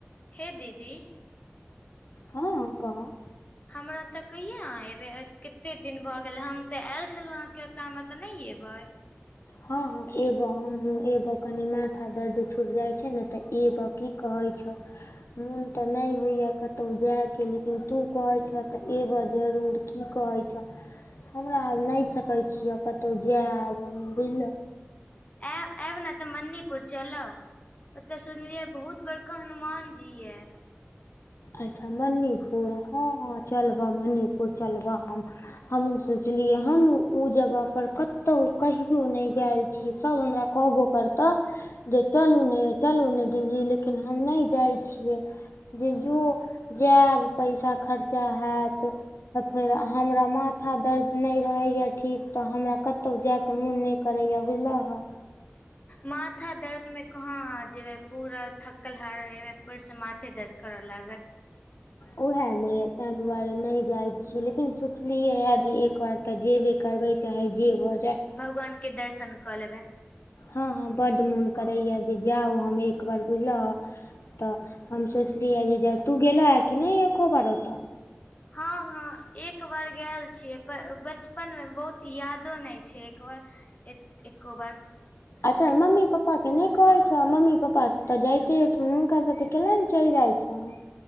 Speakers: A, on the left; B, on the left.
A: हे दीदी?
B: हँ कह।
A: हमरा ओतऽ कहिया अहाँ एबे कते दिन भऽ गेल, हम तऽ आयल छलहुँ अहाँके ओतऽ हमरा ओतऽ नै एबै?
B: हाँ हाँ एबऽ हमहु एबऽ कनि माथा दर्द छूइट जाइ छै ने तऽ एब अ कि कहे छ। मुन तऽ नै होइये कतौ जाय के लेकिन तू कहे छ तऽ एबअ जरूर। कि कहै छ हमरा आब नै सकै छिय, कतहु जायब बुझलऽ।
A: एअ एब न तऽ मणिपुर चलब। ओते सुनलिये बहुत बड़का हनुमान जी ये।
B: अच्छा मणिपुर हाँ हाँ चलबअ मणिपुर चलबअ हम। हमहूँ सोचलियै हन ओ जगह पर कतौ कहियो नै गैल छी सब हमरा कहबो करतऽ जे चलू ने चलू ने दीदी लेकिन हम नै जाइ छियै। जीजू जेएब पैसा खर्चा हेत त फेर हमरा माथा दर्द नै रहैया ठीक तऽ हमरा कतौ जाय के मुन नै करैया बुझल हऽ।
A: माथा दर्द में कहाँ अहाँ जेबै पूरा थकल हारल एबै फेर से माथे दर्द करैऽ लागत।
B: वै हे ने ते दुआरे नै जाइत छियै लेकिन सोचलियै या जे एक बार तऽ जेबे करबै चाहे जे भ जेए।
A: भगवान के दर्शन कऽ लेबै।
B: हाँ हाँ बड्ड मुन करैया जे जाउ हम एक बार बुझलह तऽ हम सोचलिय जे ब तू गेलह कि नै एको बार ओतऽ?
A: हाँ हाँ एक बार गेल छियै प बचपन मे बहुत यादो नै छै एक बार एत एको बार।
B: अच्छा मम्मी पप्पा के नै कहै छ ह मम्मी पप्पा से त जाइते हेथुन हुनका साथे कलेए नै चैल जाय? छ ह।